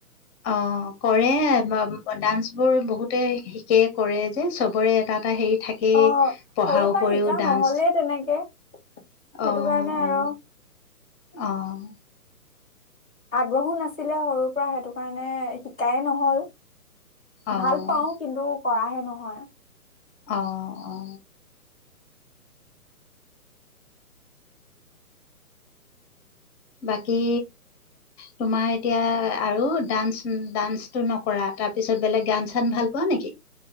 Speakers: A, on the left; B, in the centre.
A: অ কৰে ডান্স বোৰ বহুতে শিকে কৰে যে চবৰে এটা টা হেৰি থাকেই
B: অ
A: পঢ়াৰ
B: সৰুৰ পৰা
A: উপৰিও
B: শিকা
A: ডান্স
B: নহলে তেনেকে সেইটো
A: অ
B: কাৰণে আৰু
A: অ আহ
B: আগ্ৰহো নাছিলে সৰুৰ পৰা সেইটো কাৰণে শিকায় নহল
A: অ',
B: ভাল পাও কিন্তু কৰা হে নহয়
A: আহ অ বাকী তোমাৰ এতিয়া আৰু ডান্স ডান্সটো নকৰা তাৰ পিছত বেলেগ গান চান ভাল পোৱা নেকি